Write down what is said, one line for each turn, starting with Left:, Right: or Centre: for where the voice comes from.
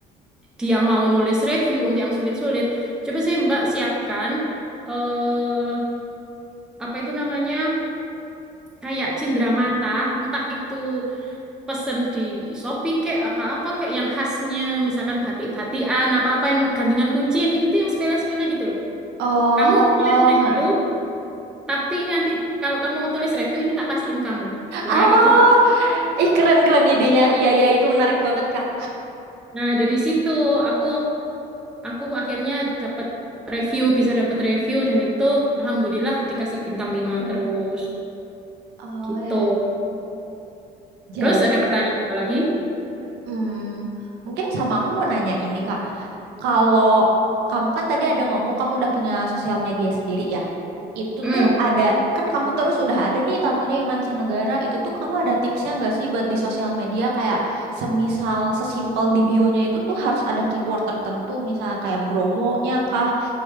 Centre: dia mau nulis review untuk yang sulit-sulit, coba sih Mbak siapkan, eh, apa itu namanya, kayak cindramata, entah itu pesen di Shopee kayak apa-apa kayak yang khasnya, misalkan batik-batikan, apa-apa yang gantungan kunci, yang kayak gitu, yang sepele-sepele gitu loh.
Right: Oh,
Centre: Kamu tulis
Right: oh,
Centre: review,
Right: ha.
Centre: tapi ini nanti kalau kamu tulis review, ini tak kasihin kamu. Nah,
Right: Oh,
Centre: kayak gitu.
Right: ih keren keren idenya. Iya iya itu menarik banget Kak.
Centre: Nah, dari situ aku aku akhirnya dapat review, bisa dapat review dan itu alhamdulillah dikasih bintang 5
Right: Hmm.
Centre: terus
Right: Oh
Centre: gitu.
Right: ya. Jadi,
Centre: Terus ada pertanyaan apa lagi?
Right: hmm, mungkin sama aku mau nanya ini Kak. Kalau kamu kan tadi ada ngomong kamu udah punya sosial media sendiri ya. Itu
Centre: Hmm.
Right: tuh ada kan kamu terus udah ada nih tamunya yang mancanegara. Itu tuh kamu ada tipsnya nggak sih buat di sosial media kayak semisal sesimpel di bio-nya itu tuh harus ada keyword tertentu, misal kayak bromonya kah?